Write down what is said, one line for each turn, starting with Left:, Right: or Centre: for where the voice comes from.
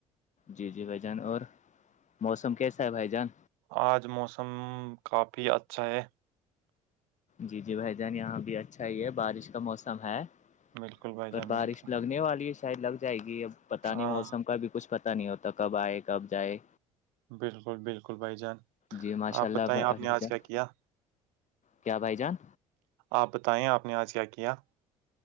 Left: جی جی بھائی جان اور موسم کیسا ہے بھائی جان
Right: آج موسم کافی اچھا ہے
Left: جی جی بھائی جان یہاں بھی اچھا ہی ہے بارش موسم ہے
Right: بالکل بھائی
Left: پر
Right: جان
Left: بارش
Right: بالکل
Left: لگنے والی ہے شاید لگ جائے گی اب پتا نہیں
Right: ہاں
Left: موسم کا بھی کچھ پتا نہیں ہوتا کب آئے کب جائے
Right: بالکل بالکل بھائی جان
Left: جی ماشاء
Right: آپ
Left: اللہ
Right: بتائیں
Left: بھائی
Right: آپ نے آج
Left: جان
Right: کیا کیا
Left: کیا بھائی جان
Right: آپ بتائیں آپ نے آج کیا کیا